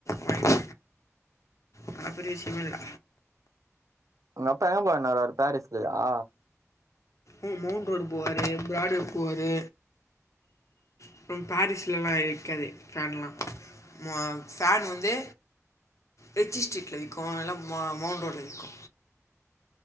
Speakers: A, on the left (about 70°); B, on the right (about 80°).
A: வாங்கி அதலா பெரிய விஷயமே இல்ல
B: உங்க அப்பா எங்க போய் வாங்கினு வருவாறு பாரீஸ்லயா
A: ஏ மௌண்ட் ரோடு போவாரு பிராட்வே போவாரு அப்புறம் பாரீஸ்லலா இருக்காது ஃபேன்லா ம ஃபேன் வந்து ரிச்சி ஸ்ட்ரீட்ல விக்கோ இல்ல மவுண்ட் ரோட்ல விக்கோ